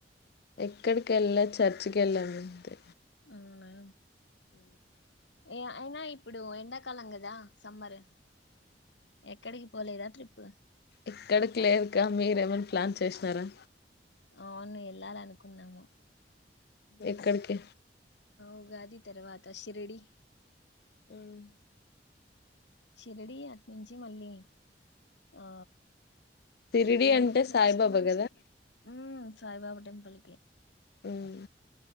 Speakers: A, on the left; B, on the left.
A: ఎక్కడికి వెళ్ళ చర్చికి వెళ్ళానంతే
B: అవునా
A: అ
B: ఏ అయినా ఇప్పుడు ఎండాకాలం కదా సమ్మర్ ఎక్కడికి పోలేదా ట్రిప్
A: ఇక్కడకి లేదుకా మీరేమ ప్లాన్ చేసినారా
B: అవును వెళ్ళాలనుకున్నాము
A: ఎక్కడకి
B: ఉగాది తర్వాత శిర్డి
A: ఉహు
B: షిరిడి అట్నుంచి మళ్ళీ అ
A: షిరిడి అంటే
B: మల్లి
A: సాయిబాబా
B: నెక్స్ట్ మంత్
A: కదా
B: అట్ల ఉమ్ సాయిబాబా టెంపుల్కి
A: ఉమ్